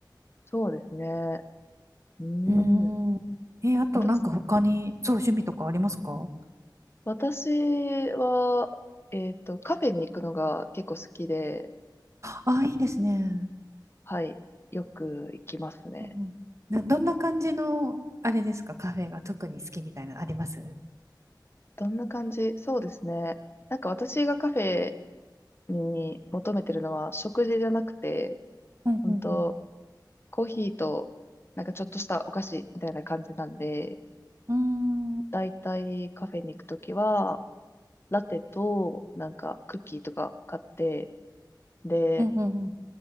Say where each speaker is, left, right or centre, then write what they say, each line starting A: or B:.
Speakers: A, on the left; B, on the right.
A: そうですね。うーん。
B: うーん。え、あとなんか他に、
A: 私、
B: そう、趣味とかありますか
A: 私は、えっと、カフェに行くのが結構好きで、
B: あ、いいですね。
A: はい、よく行きますね。
B: うんうんな、どんな感じの、あれですか、カフェが特に好きみたいなのあります
A: どんな感じそうですね。なんか私がカフェに求めてるのは食事じゃなくて、
B: うんうんうん。
A: 本当コーヒーとなんかちょっとしたお菓子みたいな感じなんで、
B: うーん。
A: だいたいカフェに行くときは、ラテとなんかクッキーとか買って、で、
B: うんうんうん。